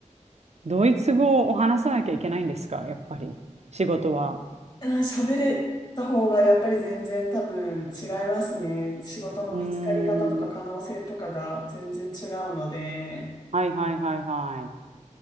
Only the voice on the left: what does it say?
うん喋れた方がやっぱり全然多分違いますね。仕事の見つかり方とか可能性とかが全然違うので。